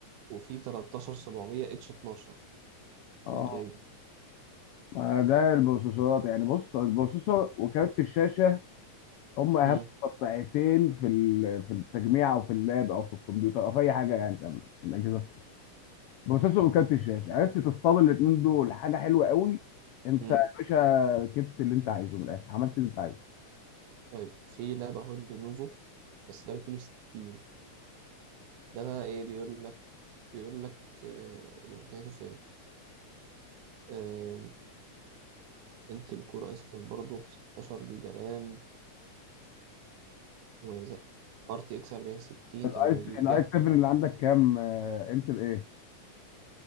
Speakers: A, on the right; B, on the left.
A: وفي 13 700 اتش 12
B: اه
A: كام ده ايه ده
B: ما ده البروسيسورات يعني بص البروسيسور وكارت الشاشه هم اهم
A: امم
B: قطعتين في ال- في التجميع او في اللاب او في الكمبيوتر او في اي حاجه يعني تمام في الاجهزه بروسيسور وكارت الشاشه عرفت تصطاد الاثنين دول حاجه حلوه قوي انت
A: امم
B: يا باشا ركبت اللي انت عايزه من الاخر عملت اللي انت عايزه
A: طيب في لعبه هو لينوفو بس ده ب 62 ده بقى ايه بيقول لك بيقول لك آه امكانياته فين آه انتل كور اي 7 برضه 16 جيجا رام وزق ار تي اكس 40 60
B: الاي
A: 8 جيجا
B: الاي 7 اللي عندك كام آه، انتل ايه